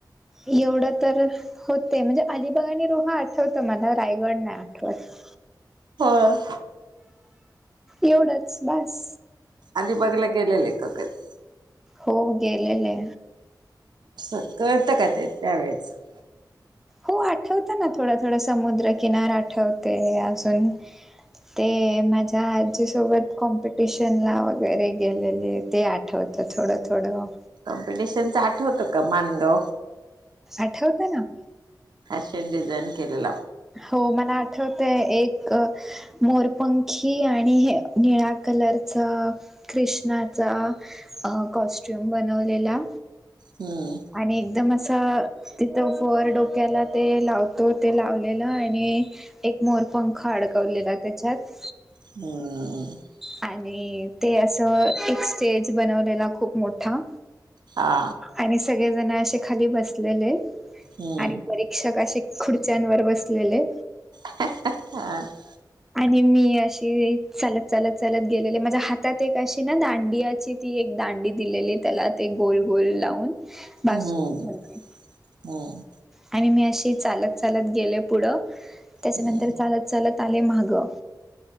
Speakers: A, in the centre; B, on the right.
A: एवढं तर होते म्हणजे अलिबाग आणि रोहा आठवतं मला रायगड नाही आठवतं.
B: होय.
A: एवढंच बास.
B: अलीबागला गेलेले का कधी?
A: हो गेलेले.
B: स कळतं का ते त्यावेेळेचं?
A: हो आठवत ना थोडं थोडं समुद्रकिनार आठवतंय अजून ते माझ्या आजीसोबत कॉम्पिटिशनला वगैरे गेलेले ते आठव त थोडं थोडं.
B: कॉम्पिटिशनच आठवतो का मानगाव?
A: आठवतं ना.
B: फॅशन डिझाईन केलेला
A: हो मला आठवतंय एक मोरपंखी आणि हे निळा कलरचं कृष्णाचा कॉस्ट्युम बनवलेला
B: हम्म.
A: आणि एकदम असं तिथं वर डोक्याला ते लावतो ते लावलेलं आणि एक मोरपंख अडकवलेला तेच्यात
B: हमम
A: आणि ते असं एक स्टेज बनवलेला खुप मोठा
B: हा
A: आणि सगळे जण असे खाली बसलेले
B: हम्म
A: आणि वर एक शिक्षक असे खुर्च्यांवर बसलेले
B: हाहा हा.
A: आणि मी अशी चालत चालत चालत गेलेले माझ्या हातात एक अशी ना दांडियाची ती एक दांडी दिलेली त्याला ते गोल गोल लावून बासुरी
B: हम्म
A: म्हणुन.
B: हम्म
A: आणि मी अशी चालत चालत गेले पुढं त्याच्यानंतर
B: हम्म
A: चालत चालत आले मा ग